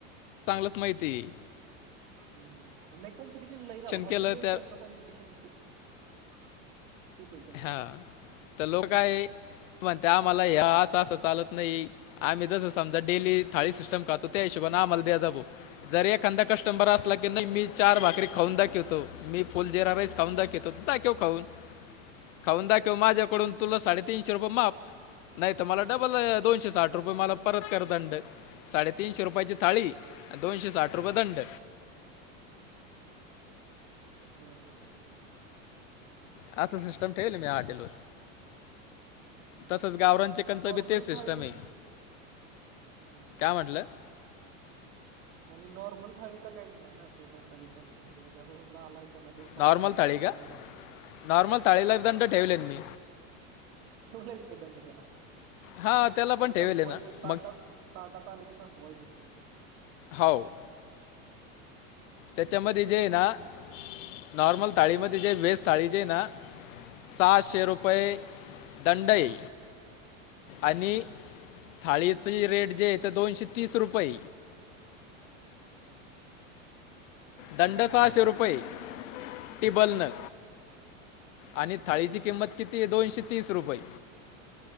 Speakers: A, on the left; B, on the right.
A: चांगलंच माहिती आहे
B: हम् नाही कॉम्पिटिशन लय झालं हॉटेल
A: केलं
B: व्यवसायत
A: त्या
B: ना कॉम्पिटिशन खूप खूप आहे का सध्या
A: हा तर लोकय म्हणते आम्हाला हे असं असं चालत नाही आम्ही जसं समजा डेली थाळी सिस्टम खातो त्या हिशोबने आम्हाला द्या जाबो जर एखादा कस्टंबर असला की नाही मी चार भाकरी खाऊन दाखवतो मी फुल जेरा राईस खान दाखवेतो दाखव खऊन खाऊन दाखव माझ्याकडून तुला साडेतीीनशे रुपये माफ नाही त मला डबल दोशे
B: हम्म
A: साठ रुपये मला परत कर दंड साडेतीीनशे रुपयाची थाळी दोनशे साठ रुपये दंड
B: बरोबर
A: असं सिस्टम ठेवल मी हॉटेल वर
B: हम्म
A: तसच गावराां च कंच
B: नॉर्मल
A: बी ते सिस्टम
B: थाळी घेतली
A: आहे
B: हम्म
A: काय म्हटलं
B: आणि नॉर्मल थाळीला काहीच नाही ना असं दंडबिंड तुमचे म्हणजे आता समजा आलाय कदा दोन बाकरी
A: नॉर्मल
B: घेतल्या
A: थाळी का
B: अर्धी राहिली
A: नॉर्मल थाळीला
B: म्हणजे
A: दंड ठेवले मी
B: ठेवलायच का दंड त्याला
A: हां त्याला पण
B: म
A: ठेवले
B: संपवायचच
A: ना
B: ताटात
A: मग
B: ताटात आलं की सांपवायचं तुमचं.
A: होव. त्याच्यामध्ये जे ना नॉर्मल थाळीमध्ये जे वेस्ट थाळी जे ना सहाशे रुपये दंडय. आणि थाळीच रेट जे आहे ते दोनशे तीस रुपये. दंड
B: हम्म
A: साहशे रुपये. टिबल न आणि थाळीची किंमत कितीय दोनशे तीस रुपये.